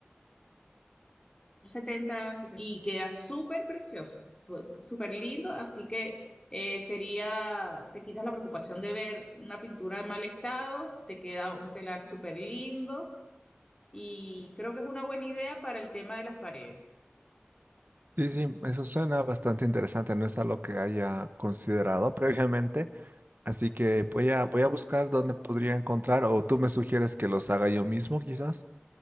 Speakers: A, on the left; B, on the right.
A: 70 70, y queda súper precioso, su- súper lindo, así que eh, sería, te quitas la preocupación de ver una pintura en mal estado, te queda un telar súper lindo y creo que es una buena idea para el tema de las paredes.
B: Sí, sí, eso suena bastante interesante. No es algo que haya considerado <laughs> previamente. Así que voy a, voy a buscar dónde podría encontrar o tú me sugieres que los haga yo mismo, quizás.